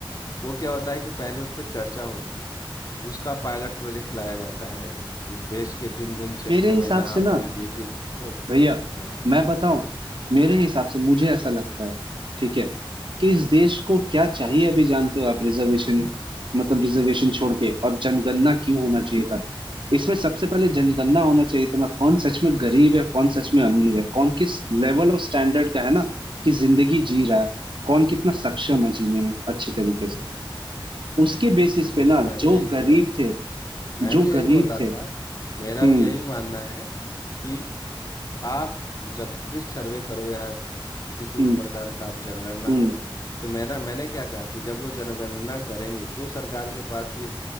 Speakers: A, on the left (about 40°); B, on the right (about 65°).
A: वो क्या होता है कि पहले उस पर चर्चा होती है उसका पायलट प्रोजेक्ट लाया जाता है देश के भिन्न भिन्न क्षेत्रों
B: मेरे हिसाब
A: में जहाँ
B: से ना
A: पर ये चीज़ हो
B: भैया
A: हाँ
B: मैं बताऊं मेरे हिसाब से मुझे ऐसा लगता है ठीक है कि इस देश को क्या चाहिए अभी जानते हो आप रिजर्वेशन मतलब रिजर्वेशन छोड़ के और जनगणना क्यों होना चाहिए था इसमें सबसे पहले जनगणना होना चाहिए था ना कौन सच में गरीब है कौन सच में अमीर है कौन किस लेवल ऑफ स्टैंडर्ड का है ना कि जिंदगी जी रहा है कौन कितना सक्षम है जीने में अच्छे तरीके से उसके बेसिस
A: बिल्कुल
B: पे ना
A: मैं
B: जो
A: भी यही बोल
B: गरीब
A: रहा
B: थे
A: मैं
B: जो
A: भी यही
B: गरीब
A: बोल रहा
B: थे
A: था मेरा
B: हम्म
A: भी यही मानना है कि आप जब भी सर्वे करो या स- किसी
B: हम्म
A: भी प्रकार का आप जनगणना
B: हम्म
A: करो तो मेरा मैंने क्या कहा कि जब वो जनगणना करेंगे तो सरकार के पास ये